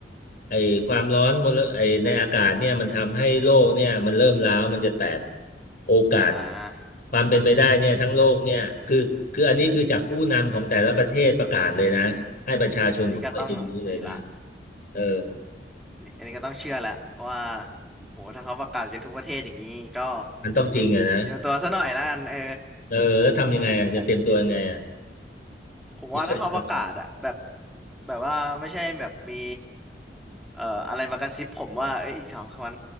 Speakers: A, on the left; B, in the centre.
A: ไอความร้อนมลไอในอากาศเนี่ยมันทำให้โลกเนี่ยมันเริ่มร้าวมันจะแตกโอกาส
B: อ่า
A: ความเป็นไปได้เนี่ยทั้งโลกเนี่ยคือคืออันนี้คือจากผู้นำของแต่ละประเทศประกาศเลยนะให้ประชาชนของตัวเองรู้เลยนะ
B: อันนี้ก็ต้องอันนี้ละ
A: เออ
B: อันนี้ก็ต้องเชื่อแหละว่าโหถ้าเขาประกาศกันทุกประเทศอย่างนี้ก็
A: มันต้องจริงอะนะ
B: เตรียมตัวซะหน่อยละกันเออ
A: เออแล้วทำยังไงอะจะเตรียมตัวยังไงอะ
B: ผมผม ผมว่าถ้าเขาประกาศอะแบบ
A: คิดว่าจะท
B: แบบว่าไม่ใช่แบบมีเอ่ออะไรมากระซิบผมว่าเอ้ยอีกสามวัน